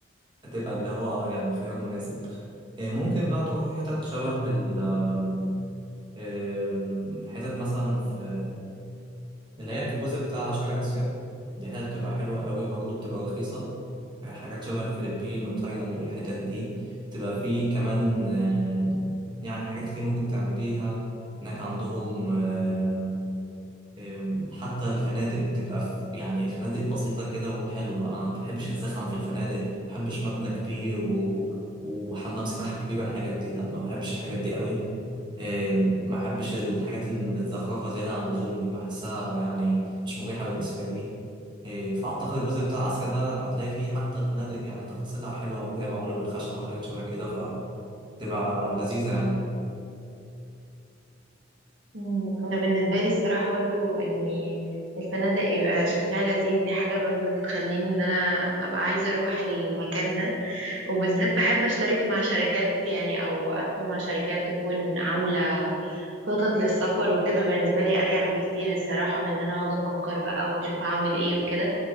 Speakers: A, on the right (about 25°); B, on the right (about 75°).
A: هتبقى اللي هو يعني خيار مناسب آه، ممكن بقى تروح حتت شبه ال آم، آم، حتت مثلا في اللي هي في الجزء بتاع شرق آسيا دي حتة بتبقى حلوة قوي برضه بتبقى رخيصة آه، حاجات شبه الفلبين وتايلاند والحتت دي تبقى فيه كمان آه، يعني حاجات كتير ممكن تعمليها هناك عندهم آه، أم، حتى الفنادق بتبقى في يعني فنادق بسيطة كده وحلوة أنا ما بحبش الزخم في الفنادق ما بحبش مبنى كبير و... وحمام سباحة كبير والحاجات دي لا ما بحبش الحاجات دي قوي أم، ما بحبش الحاجات المتزخرفة زيادة عن اللزوم دي بحسها يعني مش مريحة بالنسبة لي أه، فأعتقد الجزء بتاع آسيا ده هتلاقي فيه حتى الفنادق يعني تفاصيلها حلوة هتلاقيها معمولة بالخشب وحاجات شبه كده فتبقى لذيذة يعني
B: مم. انا بالنسبه لي الصراحه برضو ان الفنادق يبقى شكلها لذيذ دي حاجه برضو بتخليني ان انا ابقى عايزه اروح المكان ده وبالذات بحب اشترك مع شركات يعني او ادخل مع شركات تكون عامله خطط للسفر وكده بالنسبه لي اريح بكتير الصراحه من ان انا اقعد افكر بقى واشوف هعمل ايه وكده